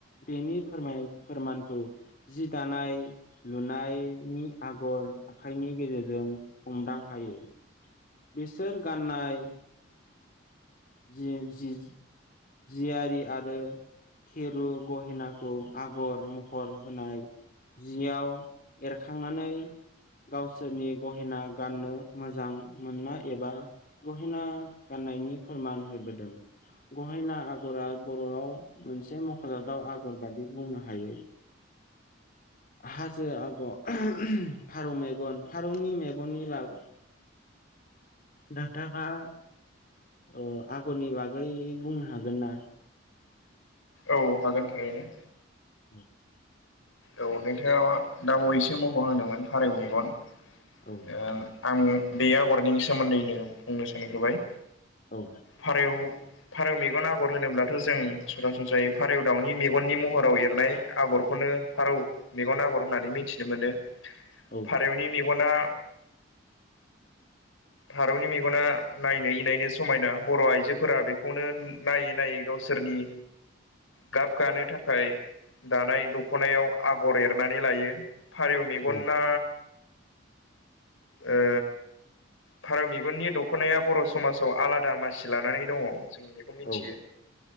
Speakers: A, on the left; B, on the left.
A: बेनि फोरम फोरमानखौ जि दानाय लुनायनि आगर आखाइनि गेजेरजों हमदां हायो। बिसोर गाननाय जि जि जियारि आरो खेरु गहेनाखौ आगर महर होनाय जियाव एरखांनानै गावसोरनि गहेना गाननो मोजां मोनना एबा गहेना गाननायनि फोरमान होबोदों। गहिना आगरा बर'आव मोनसे मख'जाथाव आगर बादि बुंनो हायो। हाजो आगर फारौ मेगन फारौनि मेगननि बाग डक्टारखा अ आगरनि बागै बुंनो हागोन ना?
B: औ हागोन थारैनो।
A: औ।
B: औ नोंथाङा दा बावैसे मख' होनदोंमोन फारौ मेगन
A: औ
B: ओ आं बे आगरनि सोमोन्दैनो बुंनो सानग्रोबाय
A: औ
B: फारेव फारौ मेगन आगर होनोब्लाथ' जों सरासनस्रायै फारौ दाउनि मेगननि महराव एरनाय आगरखौनो फारौ मेगन आगर होननानै मिथिनो मोनो
A: औ
B: फारौनि मेगना भारतनि मेगना नायनो इनायनो समायना बर' आइजोफोरा बेखौनो नायै नायै गावसोरनि गाबगानो थाखाय दानाय दख'नायाव आगर एरनानै लायो फारौ मेगना
A: औ
B: ओ फारौ मेगननि दख'नाया बर' समाजाव आलादा मासि लानानै दङ जों बेखौ मिथियो।
A: औ